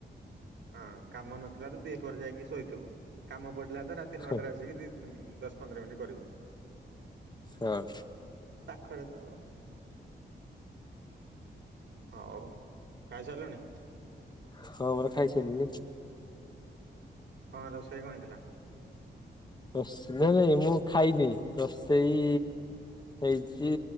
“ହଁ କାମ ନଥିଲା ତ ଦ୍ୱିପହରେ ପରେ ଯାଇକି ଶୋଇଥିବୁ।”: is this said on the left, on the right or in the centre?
Right